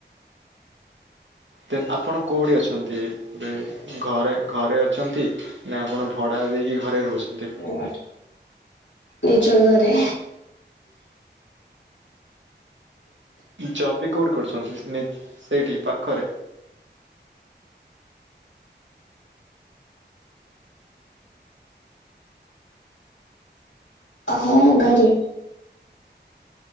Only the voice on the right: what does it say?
ତ ଆପଣ କଉଠି ଅଛନ୍ତି। ଏ ଘରେ ଘରେ ଅଛନ୍ତି ନା ଆପଣ ଭଡ଼ାରେ ଦେଇକି ଘରେ ରହୁଛନ୍ତି।
ଜବି କୋଉଠି କରୁଛନ୍ତି ସେଇଠି ପାଖରେ?